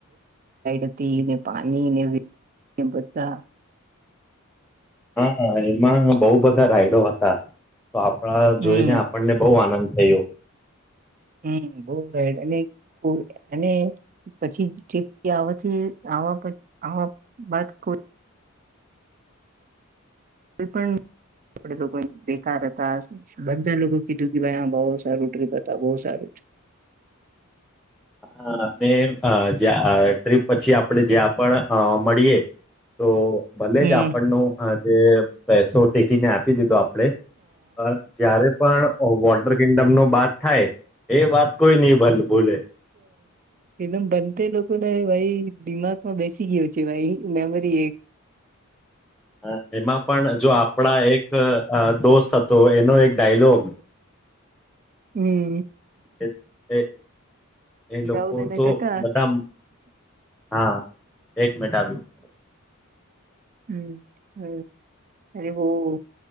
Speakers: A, on the right; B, in the centre.
A: હતા <unintelligible>
B: હા એમાં બઉ બધા રાઈડર હતા. તો આપણા
A: હમ
B: જોઈ ને આપણને બહુ આનંદ થયો.
A: હમ બઉ સારુ અને કોઈ અને પછી જેટલા આવે છે <unintelligible> આવવા બાદ કો કોઈ પણ આપ લોકો બેકાર હતા બધા લોકો કીધું કે ભાઈ હા બહુ સારું ટ્રીપ હતા બહુ સારું છે.
B: હા અને જ્યાં ટ્રીપ પછી આપડે જ્યાં પણ મળીએે તો ભલે
A: હમ
B: જ આપણને અ જે પૈસો પીટી ને આપી દીધા. પડે પર જયારે પણ વોટર કિંગડમ નો બાદ થાય એ વાત કોઈ નહી ભલે બોલે
A: એમ બન લોકોને ભાઈ દિમાગમાં બેસી ગયયો છે ભાઈ મેમરી એક.
B: હા એમાં પણ જો આપડા એક અ દોસ્ત હતો એનો એક ડાયલોગ
A: હમ.
B: એ એ એ લોકો
A: જાઉદ અને
B: તો
A: કાકા
B: બધા હા. એક મિટ આવ્યું <inaudible>
A: હમ હમ અરે બહ